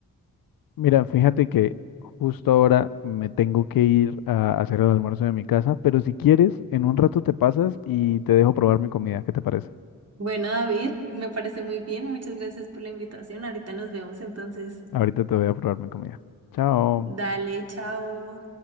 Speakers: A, on the left; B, on the right.
A: Mira, fíjate que justo ahora me tengo que ir a hacer el almuerzo de mi casa, pero si quieres, en un rato te pasas y te dejo probar mi comida. ¿Qué te parece?
B: Bueno, David, me parece muy bien. Muchas gracias por la invitación. Ahorita nos vemos entonces.
A: Ahorita te voy a probar mi comida. Chao.
B: Dale, chao.